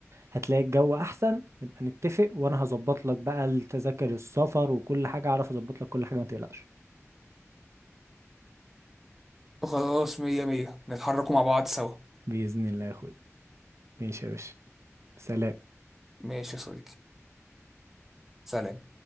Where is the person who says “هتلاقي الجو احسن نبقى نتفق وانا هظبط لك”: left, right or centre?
Right